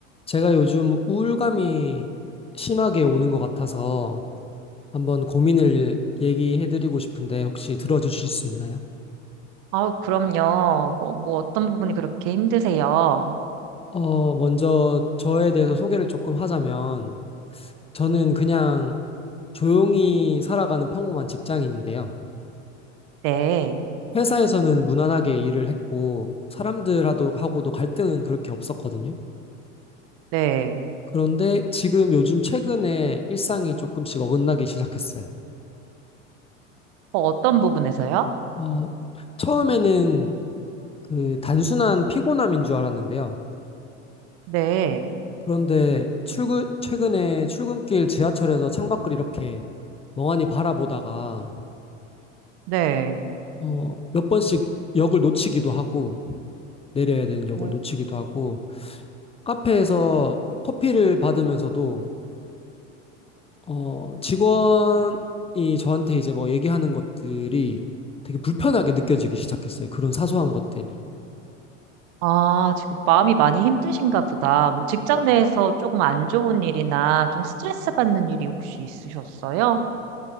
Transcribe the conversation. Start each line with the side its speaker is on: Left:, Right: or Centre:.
Left: 제가 요즘 우울감이 심하게 오는 것 같아서 한번 고민을 얘기해드리고 싶은데 혹시 들어주실 수 있나요?
Right: 아우, 그럼요. 뭐, 뭐 어떤 부분이 그렇게 힘드세요?
Left: 어, 먼저 저에 대해서 소개를 조금 하자면 저는 그냥 조용히 살아가는 평범한 직장인인데요.
Right: 네,
Left: 회사에서는 무난하게 일을 했고 사람들하고도 하고도 갈등은 그렇게 없었거든요.
Right: 네.
Left: 그런데 지금 요즘 최근에 일상이 조금씩 어긋나기 시작했어요.
Right: 어, 어떤 부분에서요?
Left: 어, 처음에는 그 단순한 피곤함인 줄 알았는데요.
Right: 네,
Left: 그런데 출근, 최근에 출근길 지하철에서 창밖을 이렇게 멍하니 바라보다가,
Right: 네.
Left: 어, 몇 번씩 역을 놓치기도 하고, 내려야 되는 역을
Right: 어,
Left: 놓치기도 하고, 카페에서 커피를 받으면서도, 어, 직원이 저한테 이제 뭐 얘기하는 것들이 되게 불편하게 느껴지기 시작했어요. 그런 사소한 것들이.
Right: 아, 지금 마음이 많이 힘드신가 보다. 뭐 직장 내에서 조금 안 좋은 일이나 좀 스트레스 받는 일이 혹시 있으셨어요?